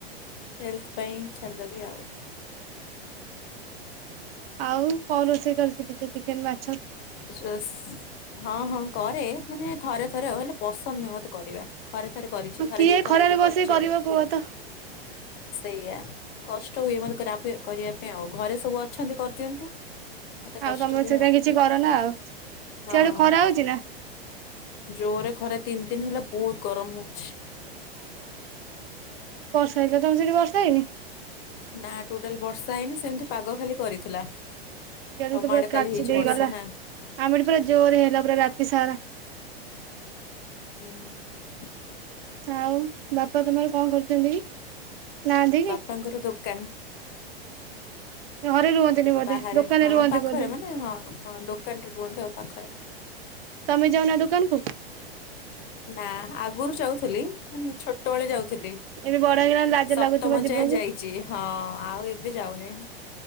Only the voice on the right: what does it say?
ଆଉ କଁ ରୋଷେଇ କରି ଚିକ୍ ଚିକ୍ ଚିକ୍ ଚେକ୍ ଚିକେନ୍ ମା
ହଁ
କିଏ
ଖରାରେ
ବସିକି
କରିବ
କୁହ ତ
ଆଉ
ତମେ ବୋଧେ
ସେଥିପାଇଁ
କିଛି କର ନା ଆଉ ସିଆଡେ
ଖରା ହଉଚି ନା।
ହଇଲ ତମର ସେଠି ବର୍ଷା ହେଇନି?
କାଲି
ତ ପୁରା
କାଚି
ଦେଇଗଲା
ଆମଠି ପୁରା ଜୋରେ ହେଲା ପୁରା ରାତି ସାରା।
ଆଉ ବାପା ତମର କଣ କରୁଚନ୍ତି କି? ନାହାନ୍ତି କି
ଘରେ ରୁହନ୍ତିନି ବୋଧେ
ଦୋକାନରେ
ରୁହନ୍ତି
ବୋଧେ
ତମେ ଯାଉନା ଦୋକାନକୁୁ?
ଏବେ ବଡ ହେଇଗଲାଣି ଲାଜ
ଲାଗୁଥିବ ଯିବାକୁ